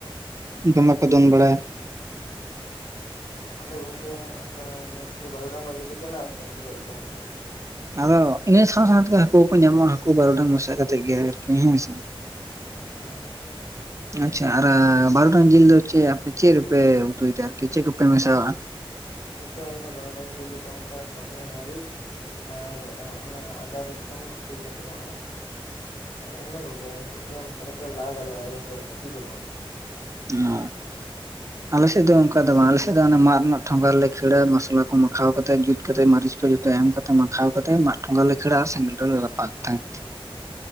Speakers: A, on the right; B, on the left.
A: ᱫᱚᱢᱮ ᱠᱚ ᱫᱚᱱ ᱵᱟᱲᱟᱭᱟ
B: ᱟᱫᱚ ᱜᱚᱝᱠᱮ ᱚᱱᱠᱟ ᱢᱟᱱᱮ ᱥᱩᱫᱩ ᱵᱟᱨᱩᱰᱟᱝ ᱜᱚᱡ ᱜᱮᱯᱮ ᱪᱟᱞᱟᱜᱼᱟ ᱥᱮ ᱦᱟᱹᱠᱩ ᱜᱚᱡ ᱠᱚᱣᱟ ᱚᱱᱠᱟ
A: ᱟᱫᱚ ᱤᱱᱟᱹ ᱥᱟᱶ ᱥᱟᱶᱛᱮᱜ ᱦᱟᱹᱠᱩᱠᱚ ᱧᱟᱢᱚᱜᱼᱟ ᱦᱟᱹᱠᱩ ᱵᱟᱨᱩᱰᱟᱝ ᱢᱮᱥᱟ ᱠᱟᱛᱮᱜ ᱜᱮ ᱟᱨᱠᱤ ᱦᱮᱸ ᱥᱮ <unintelligible>
B: ᱦᱮᱸ
A: <unintelligible> ᱟᱪᱪᱷᱟ ᱟᱨ ᱵᱟᱨᱚᱴᱟᱝ ᱡᱤᱞ ᱫᱚ ᱦᱚᱮ ᱪᱮᱫ ᱨᱮᱯᱮ ᱩᱛᱩᱭᱮᱫᱟ ᱟᱨᱠᱤ ᱪᱮᱫ ᱠᱚᱯᱮ ᱢᱮᱥᱟᱟᱜᱼᱟ
B: ᱚᱱᱟᱠᱟ ᱟᱞᱮ ᱵᱟᱨᱰᱟᱝ ᱡᱤᱞ ᱨᱮᱫᱚ ᱚᱱᱠᱟ ᱥᱟᱥᱟᱝ ᱢᱟᱹᱨᱤᱪ ᱟᱨ ᱚᱱᱟ ᱟᱫᱟ ᱨᱟᱹᱥᱩᱱ ᱠᱟᱹᱴᱤᱡ ᱞᱮ ᱮᱢᱟᱜᱼᱟ ᱤᱱᱟᱹ ᱠᱚᱜᱮ ᱤᱱᱟᱹ ᱠᱚᱜᱮ ᱢᱮᱥᱟ ᱠᱟ ᱠᱟᱛᱮᱛ ᱞᱟᱫ ᱟᱞᱮ ᱜᱚᱢᱠᱮ ᱵᱷᱟᱹᱡᱤ ᱫᱚ ᱵᱟᱝ
A: <unintelligible> ᱟᱞᱮᱥᱮᱫ ᱫᱚ ᱚᱱᱠᱟ ᱫᱚ ᱵᱟᱝ ᱟᱞᱮᱥᱮᱫ ᱫᱚ ᱢᱟᱫ ᱨᱮᱱᱟᱜ ᱴᱷᱚᱸᱜᱟ ᱨᱮᱞᱮ ᱠᱷᱳᱲᱟ ᱢᱚᱥᱞᱟ ᱠᱚ ᱢᱟᱷᱟᱣ ᱠᱟᱛᱮ ᱡᱩᱛ ᱠᱟᱛᱮᱛ ᱢᱤᱪ ᱠᱚ ᱮᱢ ᱠᱟᱛᱮ ᱢᱟᱠᱷᱟᱣ ᱠᱟᱛᱮᱛ ᱢᱟᱫ ᱴᱷᱚᱜᱟ ᱨᱮᱞᱮ ᱠᱷᱳᱲᱟ ᱥᱮᱸᱜᱮᱞ ᱨᱮᱞᱮ ᱨᱟᱯᱟᱜ ᱛᱟᱦᱮᱫ